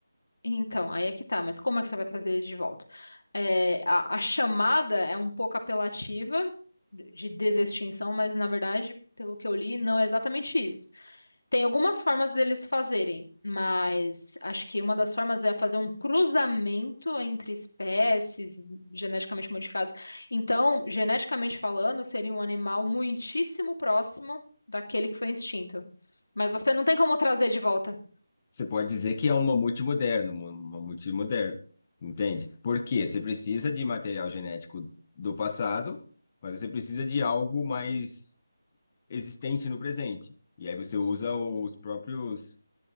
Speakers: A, on the left; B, on the left.
A: Então, aí é que tá, mas como é que você vai trazer ele de volta? É, a, a chamada é um pouco apelativa de de desextinção, mas na verdade, pelo que eu li, não é exatamente isso. Tem algumas formas deles fazerem, mas acho que uma das formas é fazer um cruzamento entre espécies geneticamente modificadas. Então, geneticamente falando, seria um animal muitíssimo próximo daquele que foi extinto. Mas você não tem como trazer de volta.
B: Você pode dizer que é um mamute moderno, um mamute moderno, entende? Porque você precisa de material genético do passado, mas você precisa de algo mais existente no presente. E aí você usa os próprios